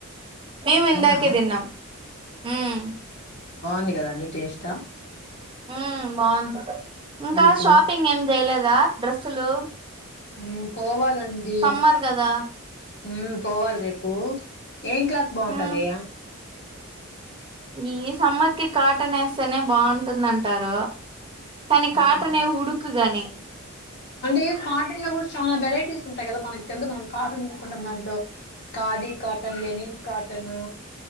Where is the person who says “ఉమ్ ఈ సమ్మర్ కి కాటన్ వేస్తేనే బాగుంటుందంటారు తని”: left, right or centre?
Right